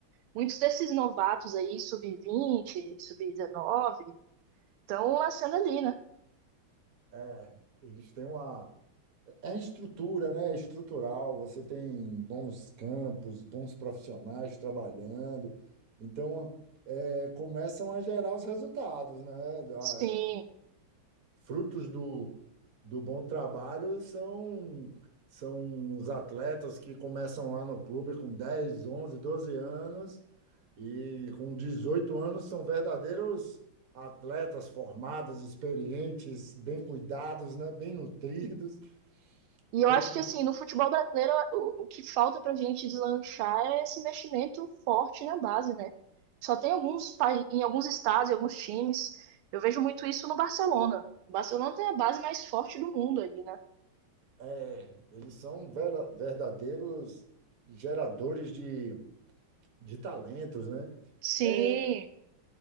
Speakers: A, on the right; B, on the right.
A: muitos desses novatos aí, sub-20, sub-19, estão nascendo ali, né?
B: É, eles têm uma É estrutura, né? É estrutural. Você tem bons campos, bons profissionais trabalhando. Então, é, começam a gerar os resultados, né? Ah,
A: Sim.
B: Frutos do, do bom trabalho são, são os atletas que começam lá no clube com 10, 11, 12 anos e com 18 anos são verdadeiros atletas formados, experientes, bem cuidados, né? Bem nutridos
A: E eu
B: tanto
A: acho que
B: do
A: assim, no futebol brasileiro, o, o que falta pra gente deslanchar é esse investimento forte na base, né? Só tem alguns pai- em alguns estados, em alguns times. Eu vejo muito isso no Barcelona. O Barcelona tem a base mais forte do mundo ali, né?
B: É, eles são vera- verdadeiros geradores de, de talentos, né?
A: Sim,
B: É,